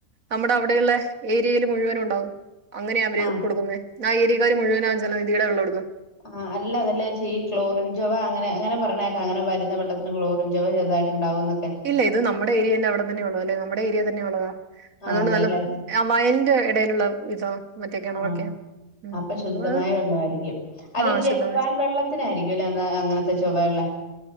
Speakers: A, on the right; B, on the left.
A: നമ്മുടെ അവിടെയുള്ള ഏരിയയിൽ മുഴുവനും ഉണ്ടാവും അങ്ങനെയാ അവര്
B: ആഹ്
A: കൊടുക്കുന്ന ആ ഏരിയക്ക് മുഴുവനാ ജെ <unintelligible> ഉടുക്കുക
B: ആഹ് അല്ല അതല്ലാെ ക്ലോറിൻചോവ അങ്ങനെ അങ്ങനെ പറഞ്ഞേക്കെ അങ്ങനെ വര വള്ളത്തിന്ക്ലോറിൻചോവ ചെറുതായിട്ട്ണ്ടാവുംന്നൊക്കെ
A: ഇല്ല ഇത് നമ്മുടെ ഏരിയന്റെ അവിടെന്ന ഉള്ള അല്ലേ നമ്മടെ രിയ തന്നെ ഉള്ളതാ അതുകൊണ്ട്
B: അതെല്ലേ
A: നല്ല ആ വയലിന്റെ ഇടയിലുള്ള ഇതാ മറ്റേ കിണറൊക്കെയാ.
B: ആഹ
A: ഉം.
B: അപ്പൊ ശുദ്ധമായ
A: അത്
B: വെള്ളമായിരിക്കും അതീ
A: ആ
B: ജപ്പാൻ
A: ശുദ്ധവാ.
B: വെള്ളത്തിനായിരിക്കും അല്ലേ എന്ന അങ്ങനത്തെ ചൊവയള്ളെ